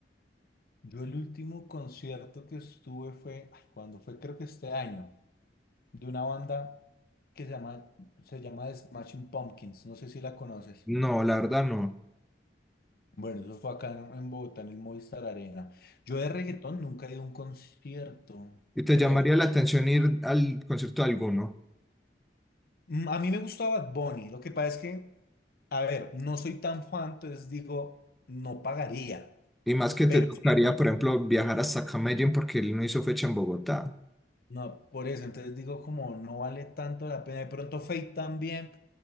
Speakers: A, on the left (about 55°); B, in the centre.
A: Yo el último concierto que estuve fue, ay, ¿cuándo fue? Creo que este año, de una banda. que se llama, se llama The Smashing Pumpkins, no sé si la conoces.
B: No, la verdad no.
A: Bueno, eso fue acá en, en Bogotá, en el Movistar Arena. Yo de reggaetón nunca he ido a un concierto,
B: ¿Y te
A: creo.
B: llamaría la atención ir al concierto de alguno?
A: Mm, A mí me gustaba Bad Bunny, lo que pasa es que, a ver, no soy tan fan, entonces digo, no pagaría,
B: Y más que te
A: pero
B: tocaría,
A: sí,
B: por ejemplo, viajar hasta Medellín porque él no hizo fecha en Bogotá.
A: no, por eso, entonces digo como no vale tanto la pena, de pronto Fate también,